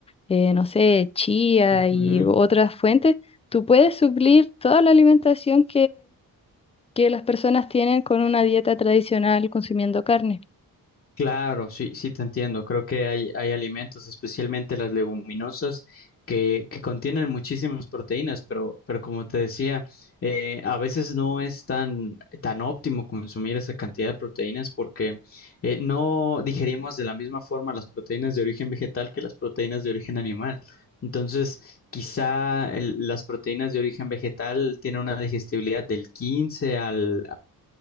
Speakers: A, on the left; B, on the left.
A: eh, no sé, chía
B: Ujú.
A: y otras fuentes, tú puedes suplir toda la alimentación que las personas tienen con una dieta tradicional consumiendo carne.
B: Claro, sí, sí te entiendo. Creo que hay, hay alimentos, especialmente las leguminosas, que, que contienen muchísimas proteínas, pero, pero como te decía, eh, a veces no es tan, tan óptimo consumir esa cantidad de proteínas porque eh, no digerimos de la misma forma las proteínas de origen vegetal que las proteínas de origen animal. Entonces, quizá el- las proteínas de origen vegetal tienen una digestibilidad del 15 al,